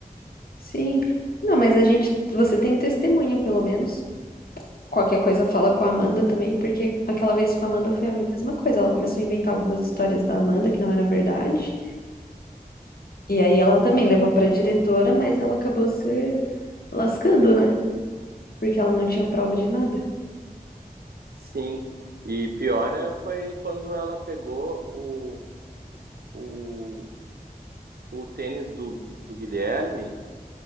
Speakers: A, on the left; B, on the right.
A: Sim. Não, mas a gente, você tem testemunha, pelo menos. Qualquer coisa fala com a Amanda também, porque aquela vez com a Amanda foi a mesma coisa. Ela começou a inventar algumas histórias da Amanda que não era verdade. E aí ela também levou pra diretora, mas ela acabou se lascando, né? Porque ela não tinha prova de nada.
B: Sim, e pior é foi quando ela pegou o, o, o tênis do, do Guilherme